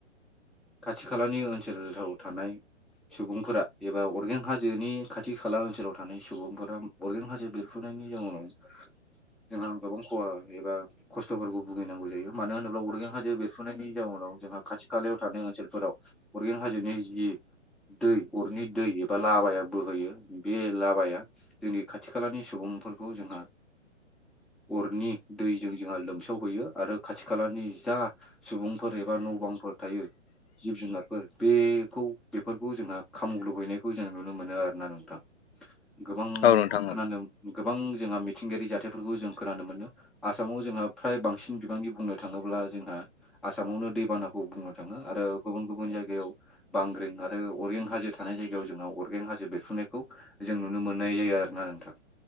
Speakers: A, in the centre; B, on the left.
A: खाथि खालानि ओनसोलाव थानाय सुबुंफोरा एबा अरगें हाजोनि खाथि खाला ओनसोलाव थानाय सुबुंफोरा अरगें हाजो बेरफुनायनि जाउनाव जोंहा गोबां खहा एबा खस्थ'फोरखौ भुगिनांगौ जायो मानो होनोब्ला अरगें हाजो बेर फुनायनि जाउनाव जोंहा खाथि खालायाव थानाय ओनसोलफोराव अरगें हाजोनि जि दै अरनि दै एबा लाबाया बोहैयो बे लाबाया जोंनि खाथि खालानि सुबुंफोरखौ जोंहा अरनि दैजों जोंहा लोमसावहैयो आरो खाथि खालानि जा सुबुंफोर एबा न' बांफोर थायो जिब जुनारफोर बेखौ बेफोरखौ जोंहा खामब्लं हैनायखौ जोंङो नुनो मोनो आरोना नोंथां गोबां
B: औ नोंथां
A: खोनानो
B: औ
A: गोबां जोंहा मिथिंगायारि जाथायफोरखौ जों खोनानो मोनो आसामाव जोंहा फ्राय बांसिन बिबांनि बुंनो थाङोब्ला जोंहा आसामावनो दैबानाखौ बुंनो थाङो आरो गुबुन गुबुन जायगायाव बांग्रिं आरो अरगें हाजो थानाय जायगायाव जोङो अरगें हाजो बेरफ्रुनायखौ जों नुनो मोननाय जायो आरोना नोंथां।